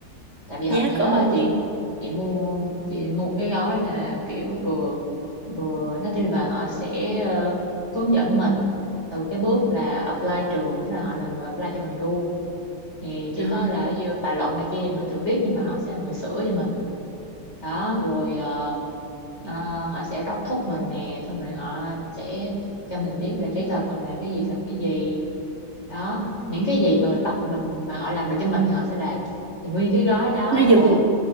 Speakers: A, on the left (about 35°); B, on the right (about 40°).
A: tại vì hồi,
B: giá
A: hồi
B: cỡ
A: đó
B: bao
A: là
B: nhiêu
A: chị chị mua chị mua một cái gói là kiểu vừa vừa nói chung là họ sẽ ờ, hướng dẫn mình từ cái bước là apply trường tức là họ là người apply cho mình luôn thì chỉ
B: Ờ,
A: có là như bài luận này kia thì mình tự viết nhưng mà họ sẽ là người sửa cho mình đó rồi ờ, ờ, họ sẽ đốc thúc mình nè xong rồi họ sẽ cho mình biết là giấy tờ cần làm cái gì cần cái gì đó những cái gì mà mình bắt mình mà họ làm được cho mình thì họ sẽ làm thì nguyên cái gói đó
B: nó
A: là
B: dừng